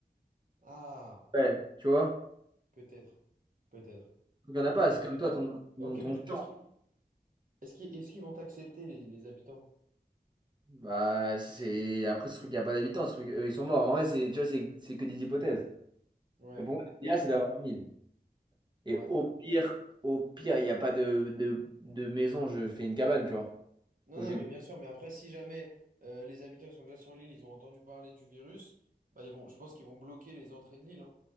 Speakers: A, on the right; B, on the right.
A: Ah,
B: Ouais, tu vois.
A: peut-être, peut-être.
B: Tout qu'il y en a pas. C'est comme
A: Je sais
B: toi,
A: pas.
B: ton, ton,
A: Ok, mais
B: ton
A: du coup,
B: champ.
A: est-ce qu'ils est-ce qu'ils est-ce qu'ils vont accepter les, les habitants?
B: Bah, c'est. Après, ce truc, il y a pas d'habitants. Ce truc, eux, ils sont morts. En vrai, c'est, tu vois, c'est c'est que des hypothèses.
A: Ouais.
B: Mais pour moi,
A: Mais-
B: l'idéal, c'est d'avoir une île.
A: ouais.
B: Et au pire, au pire, il n'y a pas de, de, de maison, je fais une cabane, tu vois.
A: Non,
B: Ou
A: non,
B: je...
A: mais bien sûr, mais après, si jamais euh, les habitants ils sont déjà sur l'île, ils ont entendu parler du virus, bah, ils vont, je pense qu'ils vont bloquer les entrées de l'île. hein.